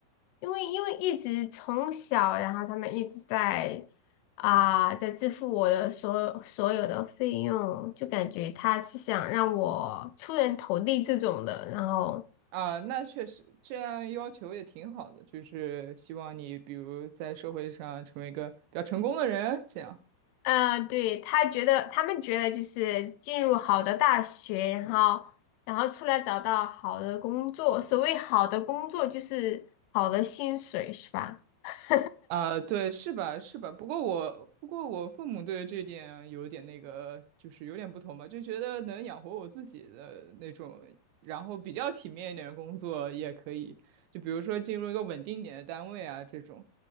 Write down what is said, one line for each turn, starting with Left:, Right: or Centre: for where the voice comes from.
Left: 因为因为一直从小，然后他们一直在啊，在支付我的所所有的费用，就感觉他是想让我出人头地这种的，然后。
Right: 啊，那确实这样要求也挺好的，就是希望你比如在社会上成为一个比较成功的人，这样
Left: 嗯，对，他觉得他们觉得就是进入好的大学，然后然后出来找到好的工作。所谓好的工作就是好的薪水，是吧？<laughs>
Right: 啊，对，是吧？是吧？不过我不过我父母对这点有点那个，就是有点不同吧，就觉得能养活我自己的那种，然后比较体面一点的工作也可以，就比如说进入一个稳定点的单位啊这种。